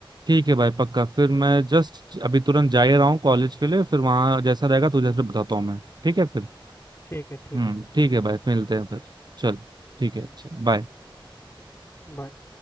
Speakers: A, on the right; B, on the left.
A: ठीक है भाई पक्का फिर मैं जस्ट अभी तुरंत जा ही रहा हूँ कॉलेज के लिए फिर वहाँ जैसा रहेगा तुझे फिर बताता हूँ मैं ठीक है फिर
B: ठीक है ठीक
A: हम्म
B: है
A: ठीक है भाई फिर मिलते हैं फिर चल ठीक
B: हम्म
A: है चल बाय
B: बाय